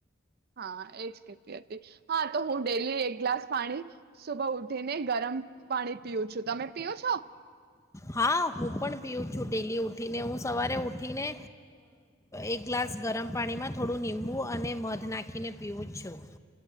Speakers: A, on the right (about 50°); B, on the left (about 15°).
A: હા એજ કતી હતી હા તો હું ડેલી એક ગ્લાસ પાણી સુભા ઉઠીને ગરમ પાણી પીવું છું તમે પીઓ છો
B: હા હું પણ પીવું છું ડેલી ઉઠીને હું સવારે ઉઠીને એક ગ્લાસ ગરમ પાણીમાં થોડું નિબુ અને મધ નાખીને પીવું જ છું